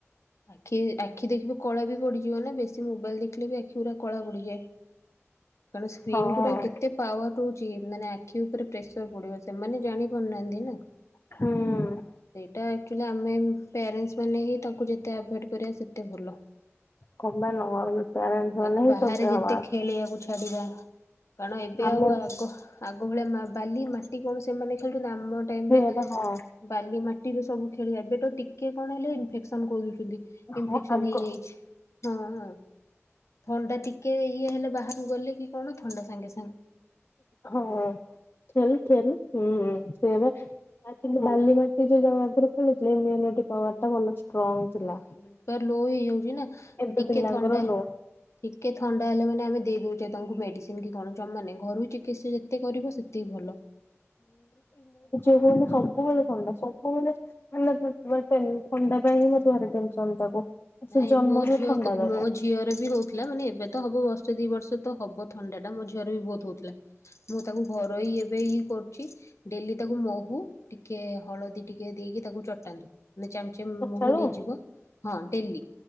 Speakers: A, on the left; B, on the left.
A: ଆଖି ଆଖି ଦେଖିବେ କଳା ବି ପଡ଼ିଯିବ ନା ବେଶୀ ମୋବାଇଲ ଦେଖିଲେ ବି ଆଖି ଗୁରା କଳା ପଡ଼ିଯାଏ। କାରଣ ସ୍କ୍ରିନ
B: ହଁ
A: ଗୁରା ଆଉ କେତେ ଏତେ ପାୱାର ରହୁଛି ମାନେ ଆଖି ଉପରେ ପ୍ରେସର ପଡି଼ବ ସେମାନେ ଜାଣି ପାରୁନାହାନ୍ତି ନା।
B: ହୁଁ।
A: ଏଇଟା ଆକ୍ଚୁଆଲି ଆମେ ପ୍ୟାରେଣ୍ଟସ୍ ମାନେ ହିଁ ତାକୁ ଯେତେ ଆଭଏଡ଼୍ କରିବା ସେତେ ଭଲ। ହୁଁ
B: କଣ ପାଇଁ ନୁହଁ ପ୍ୟାରେଣ୍ଟସ୍ ମାନେ
A: ତାଙ୍କୁ
B: ହିଁ
A: ବାହାରେ
B: ସଭ୍ୟ
A: ଯେତେ
B: ହବା
A: ଖେଳିବାକୁ ଛ ଛାଡ଼ିବା, କାଣ ଏବେ
B: ଆମେ
A: ଆଉ ଆଗ ଆଗ ଭଳିଆ ମା ବାଲି, ମାଟି କଣ ସେମାନେ ଖେଳୁଛନ୍ତି? ଆମ ଟାଇମ୍
B: ସେଇବା
A: ରେ
B: ହଁ
A: ବାଲି ମାଟିରେ ସବୁ ଖେଳିଆ। ଏବେ ତ ଟିକେ କଣ ହେଲେ ଇନଫେକ୍ସନ୍ କଇ ଦଉଛନ୍ତି। ଇନଫେକ୍ସନ୍
B: ହଁ ଆଗ
A: ହେଇଯାଇଛି। ହଁ ହଁ ଥଣ୍ଡା ଟିକେ ଇଏ ହେଲେ ବାହାର୍ କୁ ଗଲେ କି କଣ ଥଣ୍ଡା ସାଙ୍ଗେ ସାଙ୍ଗ୍।
B: ହଁ ଖେଳି ଖେରୁ ହୁଁ ସେଇଆବା ଆ କିନ୍ତୁ ବାଲି ମାଟିରେ ଯୋଉ ଆଗରୁ ଖେଳୁଥିଲେ, ଇମ୍ୟୁନିଟି ପୱାର୍ ଟା ଭଲ ଷ୍ଟ୍ରଙ୍ଗ ଥିଲା।
A: ହଁ ଇମ୍ୟୁନିଟି ପୱାର୍ ଲୋ ହେଇଯାଉଛି ନା,
B: ଏବେ
A: ଟିକେ
B: ପିଲାଙ୍କର
A: ଥଣ୍ଡା
B: ଲୋ
A: ଟିକେ ଥଣ୍ଡା ହେଲା ମାନେ ଆମେ ଦେଇ ଦଉଛେ ତାଙ୍କୁ ମେଡିସିନ୍। କିମିତି କଣ ଜମା ନାଇଁ ଘରୋଇ ଚିକିତ୍ସା ଯେତେ କରିବ ସେତିକି ଭଲ।
B: ଏବେ ମାନେ ସବ ସବୁବେଳେ ଥଣ୍ଡା। ସବୁବେଳେ ଥଣ୍ଡା ଥଣ୍ଡା ପାଇଁ ମତେ ଭାରି ଟେନସନ୍ ତାକୁ। ସେ
A: ନାଇଁ
B: ଜନ୍ମରୁ
A: ମୋ ଝିଅକୁ
B: ଥଣ୍ଡା ତାକୁ
A: ମୋ ଝି ଝିଅର ବି ହଉଥିଲା, ମାନେ ଏବେ ତ ହବ ବର୍ଷେ ଦି ବର୍ଷ ତ ହବ ଥଣ୍ଡା ଟା ମୋ ଝିଅରେ ବି ବହୁତ ହଉଥିଲା। ମୁଁ ତାକୁ ଘରୋଇ ଏବେ ହିଁ କରୁଛି। ଡ଼େଲି ତାକୁ ମହୁ, ଟିକେ ହଳଦୀ ଟିକେ ଦେଇକି ତାକୁ ଚଟାନ୍ତୁ। ନେ ଚାମ୍ ଯେ
B: ସକାଳୁ
A: ମହୁ ନେଇଯିବ, ହଁ ଡ଼େଲି।